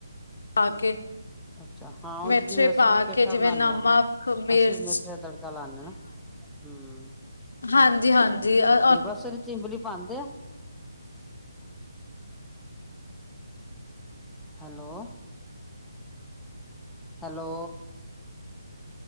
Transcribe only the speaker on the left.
ਪਾ ਕੇ।
ਮੇਥਰੇ
ਪਾ
ਕੇ ਜਿਵੇਂ
ਨਮਕ
ਮਿਰਚ
ਹਾਂਜੀ-ਹਾਂਜੀ ਅ